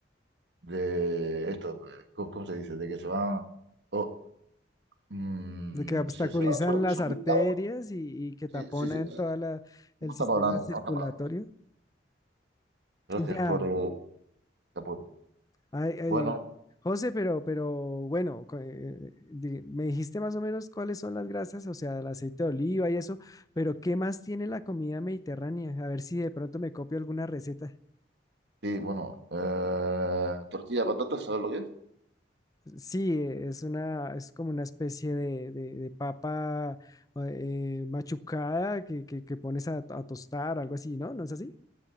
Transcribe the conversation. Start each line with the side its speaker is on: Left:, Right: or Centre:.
Right: de esto, eh, ¿cómo, cómo se dice? De que se van... o, mm,
Left: de que obstaculizan
Right: se, se va sol-
Left: las
Right: solidificando.
Left: arterias y, y que
Right: Sí,
Left: taponan
Right: sí, sí. eso
Left: todo
Right: está-
Left: el
Right: No está
Left: sistema
Right: hablando,
Left: circulatorio.
Right: no está hablando. Gracias
Left: Ya.
Right: por el aporte.
Left: Ay, ay,
Right: Bueno,
Left: José, pero, pero bueno, co- eh, eh, di- me dijiste más o menos cuáles son las grasas, o sea, el aceite de oliva y eso, pero ¿qué más tiene la comida mediterránea? A ver si de pronto me copio alguna receta.
Right: sí, bueno. eh, tortilla de patatas, ¿sabes lo que es?
Left: Sí, eh, es una, es como una especie de, de- de papa eh, machucada que, que- que pones a, a tostar, algo así, ¿no? ¿No es así?